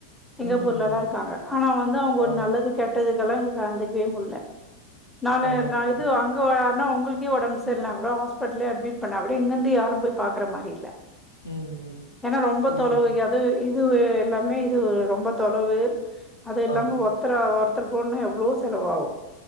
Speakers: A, in the centre; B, on the left.
A: சிங்கப்பூர்ல
B: ம்
A: தா இருக்காங்க ஆனா வந்து அவுங்க
B: ஆ
A: ஒரு நல்லது கெட்டதுக்கெல்லா இங்க கலந்துக்கவே முட்ல நானு
B: ஆமாங்க
A: நா இது அங் க்கு யார்ன்னா உங்களுக்கே ஒடம் செர்ல்லனா கூட ஹாஸ்பிட்டல்யே அட்மிட் பண்ணா கூட இங்கந்து யாரும் பாக்குற மாறி இல்ல
B: ம் ம்
A: ஏன்னா ரொம்ப
B: புரியுதுங்க.
A: தொலவு அது இது எல்லாமே இது ரொம்ப தொலவு அது இல்லாம
B: ஆமா
A: ஒருத்தர ஒருத்தர் போணுன்னா எவ்ளோ செலவாவு